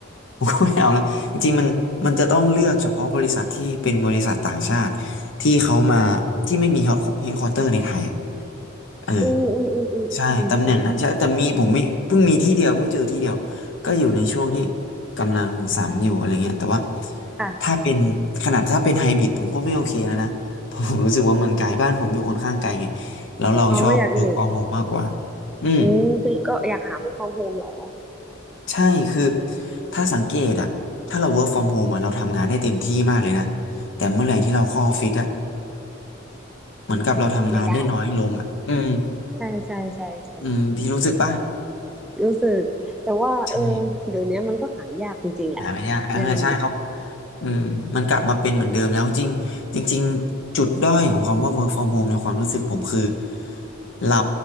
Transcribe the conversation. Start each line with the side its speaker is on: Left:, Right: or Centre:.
Left: <laughs> ผมก็ไม่เอาละจริงๆมันมันจะต้องเลือกเฉพาะบริษัทที่เป็นบริษัทต่างชาติที่เขามาที่ไม่มี head headquarter ในไทยอะเออ
Centre: อืมอืมอืมอืมอืมอืมอืม
Left: ใช่ตำแหน่งนั้นใช่แต่มีผมมีเพิ่งมีที่เดียวเพิ่งเจอที่เดียวก็อยู่ในช่วงที่กำลังสามอยู่อะไรเงี้ยแต่ว่า
Centre: ค่ะ
Left: ถ้าเป็นขนาดถ้าเป็นไฮบริดผมก็ไม่โอเคแล้วนะ <laughs> เพราะผมรู้สึกว่ามันไกลบ้านผมอยู่ค่อนข้างไกลไงแล้วเราชอบ
Centre: อ๋ออยากมี
Left: work from home มากกว่าอืม
Centre: อืมคือก็อยากหา work from home เหรอ
Left: ใช่คือถ้าสังเกตอะถ้าเรา work from home อะเราทำงานได้เต็มที่มากเลยนะแต่เมื่อไหร่ที่เราเข้าออฟฟิศอะเหมือนกับเราทำงานได้น้อยลงอะอืม
Centre: ไม่ได้ใช่ใช่ใช่ใช่
Left: อืมพี่รู้สึกปะ
Centre: รู้สึกแต่ว่าเออ
Left: ใช่
Centre: เดี๋ยวนี้มันก็หายากจริงๆแหละ
Left: หาไม่ยากเออใช่ครับ
Centre: งาน
Left: อืมมันกลับมาเป็นเหมือนเดิมแล้วจริงจริงๆจุดด้อยของคำว่า work from home ในความรู้สึกผมคือเรา